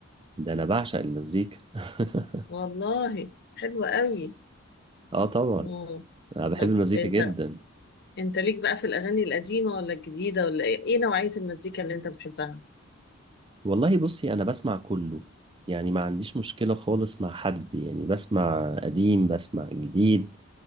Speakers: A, on the right; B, on the left.
A: ده انا بعشق المزيكا <laughs>
B: والله حلوة قوي
A: اه طبعا
B: اه
A: انا بحب
B: طب
A: المزيكا
B: انت
A: جدا
B: انت ليك بقى في الاغاني القديمه ولا الجديده ولا ايه ايه نوعيه المزيكا اللي انت بتحبها
A: والله بصي انا بسمع كله يعني ما عنديش مشكلة خالص مع حد يعني بسمع قديم بسمع جديد